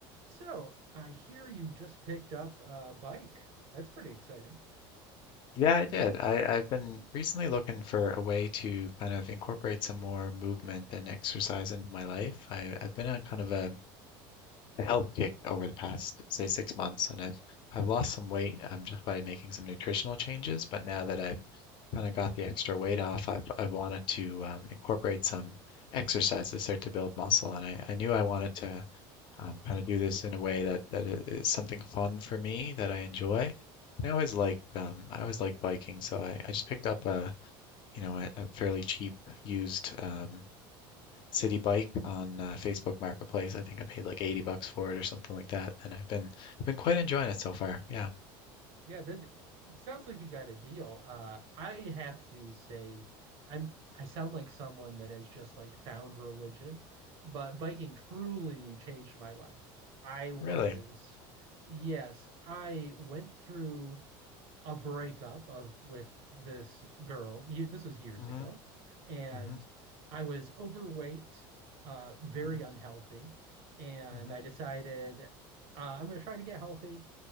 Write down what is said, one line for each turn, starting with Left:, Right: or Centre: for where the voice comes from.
Right: So I hear you just picked up a bike. That's pretty exciting.
Left: Yeah, I did. I, I've been recently looking for a way to kind of incorporate some more movement and exercise into my life. I, I've been on kind of a, a health kick over the past, say, six months, and I've I've lost some weight um, just by making some nutritional changes. But now that I've kind of got the extra weight off, I've I've wanted to um, incorporate some exercise to start to build muscle, and I, I knew I wanted to um, kind of do this in a way that that i- something fun for me that I enjoy. And I always liked um, I always liked biking, so I, I just picked up a you know a, a fairly cheap used um, city bike on uh, Facebook Marketplace. I think I paid like 80 bucks for it or something like that, and I've been I've been quite enjoying it so far. Yeah,
Right: Yeah, that it sounds like you got a deal. Uh, I have to say, I'm I sound like someone that has just like found religion, but biking truly changed my life. I was,
Left: really.
Right: yes, I went through. a breakup of with this girl. This was years
Left: hmm
Right: ago, and
Left: hmm
Right: I was overweight, uh, very
Left: hmm
Right: unhealthy, and
Left: hmm
Right: I decided uh, I'm going to try to get healthy.